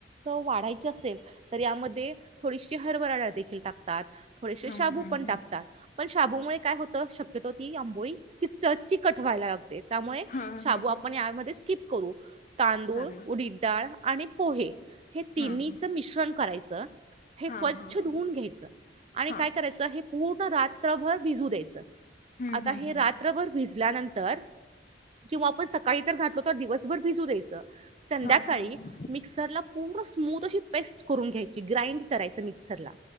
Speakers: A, on the right; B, on the left.
A: वाढायची असेल तर यामध्ये थोडीशी हरभराळ देखील टाकतात थोडेसे
B: हम्म
A: शाबू
B: हम्म
A: पण
B: हम्म
A: टाकतात पण शाबूमुळे काय होतं शक्यतो ती आंबोळी कि चचची कटवा्हायला लागते त्यामुळे
B: हा
A: शबू
B: हा
A: आपण
B: हा
A: यामध्ये स्किप करू तांदूळ
B: चालेल
A: उडडडाळ आणि पोहे हे तिन्हीच
B: हा हा
A: मिश्रण करायचं हे
B: हा
A: स्वच्छ
B: हा हा
A: धुवून घ्यायचं आणि
B: हा
A: काय करायचं हे पूर्ण रात्रभर भिजू द्यायचं
B: हम्म
A: आता
B: हम्म
A: हे
B: हम्म
A: रात्रभर भिजल्यानंतर किंवा आपण सकाळी जर घातलो तर दिवसभर भिजू द्यायच संध्याकाळी
B: हा हा हा
A: मिक्सरला पूर्ण स्मूथ अशी पेस्ट करून घ्यायची ग्राइंड करायचं मिक्सर ला